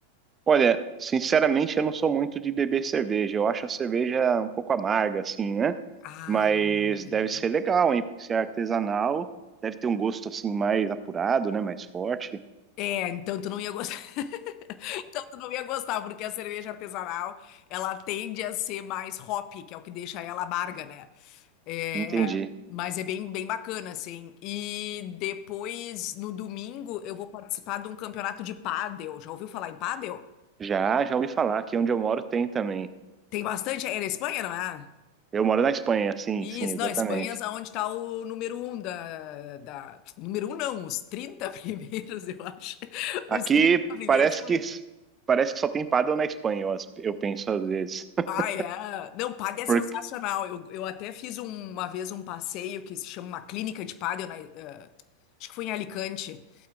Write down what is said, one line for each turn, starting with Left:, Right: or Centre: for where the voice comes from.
Right: Olha, sinceramente, eu não sou muito de beber cerveja. Eu acho a cerveja um pouco amarga, assim, né?
Left: Ah,
Right: Mas
Left: entendi.
Right: deve ser legal, hein? Porque se é artesanal, deve ter um gosto assim mais apurado, né? Mais forte.
Left: É, então tu não ia gostar. <laughs> Então tu não ia gostar, porque a cerveja artesanal, ela tende a ser mais hop, que é o que deixa ela amarga, né? É,
Right: Entendi.
Left: mas é bem, bem bacana, assim. E depois, no domingo, eu vou participar de um campeonato de pádel. Já ouviu falar em pádel?
Right: Já, já ouvi falar. Aqui onde eu moro tem também.
Left: Tem bastante, é na Espanha, não é?
Right: Eu moro na Espanha, sim,
Left: Isso,
Right: sim, exatamente.
Left: não, Espanha é onde está o número um da, da... Número um não, os 30 <laughs> primeiros, eu acho. <laughs>
Right: Aqui
Left: Os 30 primeiros
Right: parece
Left: foi.
Right: que parece que só tem paddle na Espanha, eu, as- eu penso às vezes. <laughs>
Left: Ah, é. Não, pádel é
Right: Porque,
Left: sensacional. Eu, eu até fiz um- uma vez um passeio que se chama uma clínica de pádel, na- eh, acho que foi em Alicante.